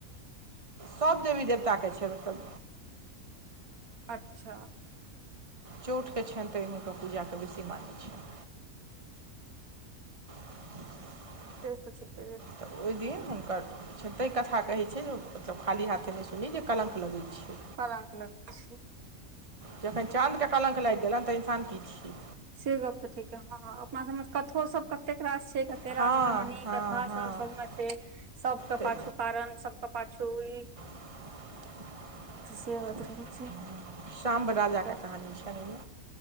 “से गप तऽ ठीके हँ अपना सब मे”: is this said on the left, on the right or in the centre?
Right